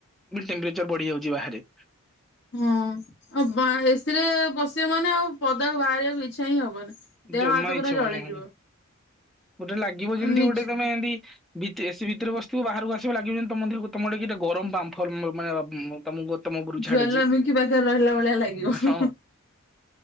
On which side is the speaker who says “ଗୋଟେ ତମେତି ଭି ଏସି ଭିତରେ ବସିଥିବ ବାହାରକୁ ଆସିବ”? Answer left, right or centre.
Centre